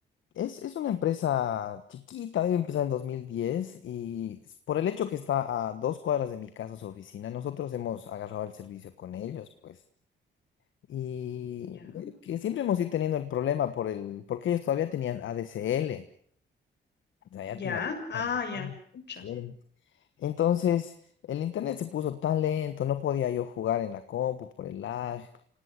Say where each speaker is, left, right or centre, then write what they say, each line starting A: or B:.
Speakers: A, on the left (about 80°); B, on the left (about 60°).
A: Es, es una empresa chiquita, debe empezar en 2010 y s- por el hecho que está a dos cuadras de mi casa su oficina, nosotros hemos agarrado el servicio con ellos, pues. Y
B: Ya,
A: eh, que siempre hemos ido teniendo el problema por el, porque ellos todavía tenían ADSL. O sea, ya
B: ya,
A: te imaginas,
B: ah, ya,
A: lento,
B: mucha.
A: pues, lento. Entonces, el internet se puso tan lento, no podía yo jugar en la compu por el lag.